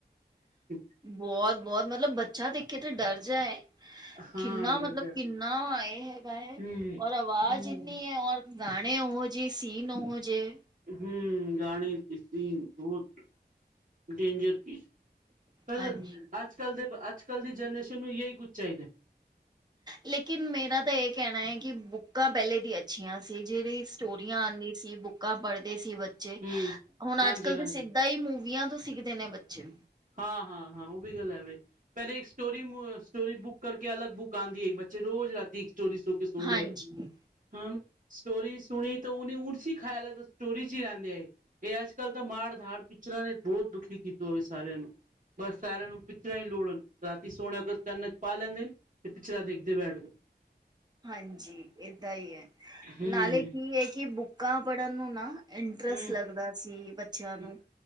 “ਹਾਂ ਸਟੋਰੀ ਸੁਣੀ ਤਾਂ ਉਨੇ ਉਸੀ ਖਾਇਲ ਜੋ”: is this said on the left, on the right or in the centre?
Right